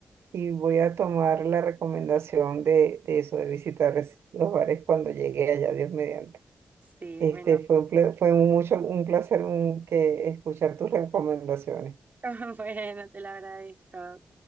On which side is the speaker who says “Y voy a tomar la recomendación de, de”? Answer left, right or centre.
Right